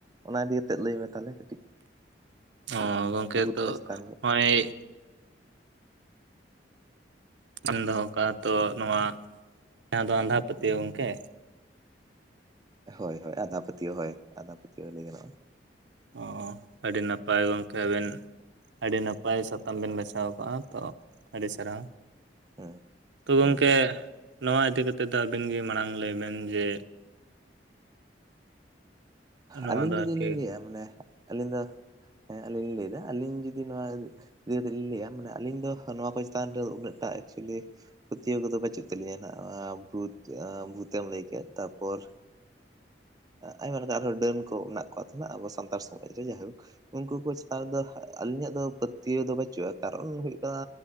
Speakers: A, on the right; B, on the right.
A: ᱚᱱᱟ ᱤᱫᱤ ᱠᱟᱛᱮᱜ ᱞᱟᱹᱭ ᱢᱮ ᱛᱟᱦᱚᱞᱮ ᱠᱟᱹᱴᱤᱡ
B: ᱚᱻᱻ ᱜᱚᱝᱠᱮ
A: ᱵᱷᱩᱛ
B: ᱦᱛᱚᱜ
A: ᱠᱚ ᱪᱮᱛᱟᱱ ᱠᱚ
B: ᱱᱚᱜᱼᱚᱭ ᱟᱢ ᱫᱚᱦᱚ ᱠᱟᱜ ᱛᱚ ᱱᱚᱣᱟ ᱡᱟᱦᱟᱸ ᱫᱚ ᱟᱸᱫᱷᱟ ᱯᱟᱹᱛᱭᱟᱹᱣ ᱜᱚᱝᱠᱮ
A: ᱦᱳᱭ ᱦᱳᱭ ᱟᱸᱫᱷᱟ ᱯᱟᱹᱛᱤᱭᱟᱹᱣ ᱦᱳᱭ ᱟᱸᱫᱷᱟ ᱯᱟᱹᱛᱭᱟᱹᱣ ᱞᱟᱹᱭ ᱜᱟᱱᱚᱜᱼᱟ
B: ᱚ ᱟᱹᱰᱤ ᱱᱟᱯᱟᱭ ᱜᱚᱢᱠᱮ ᱟᱵᱮᱱ ᱟᱹᱰᱤ ᱱᱟᱯᱟᱭ ᱥᱟᱛᱟᱢ ᱵᱮᱱ ᱵᱟᱪᱷᱟᱣ ᱠᱟᱜᱼᱟ ᱛᱚ ᱟᱹᱰᱤ ᱥᱟᱨᱦᱟᱣ
A: ᱦᱩᱸ
B: ᱛᱚ ᱜᱚᱝᱠᱮ
A: ᱦᱩᱸ ᱦᱩᱸ
B: ᱱᱚᱣᱟ ᱤᱫᱤ ᱠᱟᱛᱮ ᱫᱚ ᱟᱵᱮᱱ ᱜᱮ ᱢᱟᱲᱟᱝ ᱞᱟᱹᱭ ᱵᱮᱱ ᱡᱮ ᱱᱚᱣᱟ
A: ᱟᱹᱞᱤᱧ
B: ᱫᱚ
A: ᱡᱩᱫᱤ
B: ᱟᱨᱠᱤ
A: ᱞᱤᱧ ᱞᱟᱹᱭᱼᱟ ᱢᱟᱱᱮ ᱟᱹᱞᱤᱧ ᱫᱚ ᱦᱮᱸ ᱟᱹᱞᱤᱧ ᱞᱤᱧ ᱞᱟᱹᱭ ᱮᱜᱼᱟ ᱟᱹᱞᱤᱧ ᱡᱩᱫᱤ ᱱᱚᱣᱟ ᱡᱩᱫᱤ ᱞᱤᱧ ᱞᱟᱹᱭᱟ ᱢᱟᱱᱮ ᱟᱞᱤᱧ ᱫᱚ ᱱᱚᱣᱟ ᱠᱚ ᱪᱮᱛᱟᱱ ᱨᱮ ᱫᱚ ᱩᱱᱟᱹᱜ ᱴᱟᱜ ᱮᱠᱪᱚᱞᱤ ᱯᱟᱹᱛᱤᱭᱟᱹᱣ ᱠᱚᱫᱚ ᱵᱟᱹᱪᱩᱜ ᱛᱟᱞᱤᱧᱟ ᱱᱟᱜ ᱵᱷᱩᱛ ᱵᱷᱩᱛᱮᱢ ᱞᱟᱹᱭ ᱠᱮᱫ ᱛᱟᱯᱚᱨ ᱟᱭᱢᱟ ᱞᱮᱠᱟᱱ ᱟᱨᱦᱚᱸ ᱰᱟᱹᱱ ᱠᱚ ᱢᱮᱱᱟᱜ ᱠᱚ ᱛᱟᱸᱦᱮᱱᱟ ᱟᱵᱚ ᱥᱟᱱᱛᱟᱲ ᱥᱚᱢᱟᱡᱽ ᱨᱮ ᱡᱟᱭᱦᱳᱠ ᱩᱱᱠᱩ ᱠᱚ ᱪᱮᱛᱟᱱ ᱨᱮ ᱫᱚ ᱟᱹᱞᱤᱧᱟᱜ ᱫᱚ ᱯᱟᱹᱛᱭᱟᱹᱣ ᱫᱚ ᱵᱟᱹᱪᱩᱜᱼᱟ ᱠᱟᱨᱚᱱ ᱦᱩᱭᱩᱜ ᱠᱟᱱᱟ